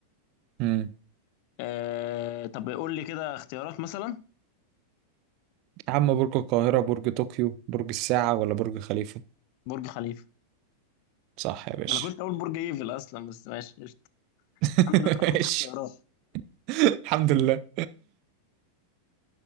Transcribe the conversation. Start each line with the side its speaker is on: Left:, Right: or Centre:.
Right: العالم
Left: آه طب قول لي كده اختيارات مثلا
Right: يا عم برج القاهرة برج طوكيو برج الساعة ولا برج خليفة
Left: برج خليفه
Right: صح يا باشا
Left: انا كنت اقول برج ايفل اصلا بس ماشي قشطة.
Right: <laughs>
Left: الحمد لله أنا
Right: ماشي
Left: قلت اختيارات
Right: الحمد لله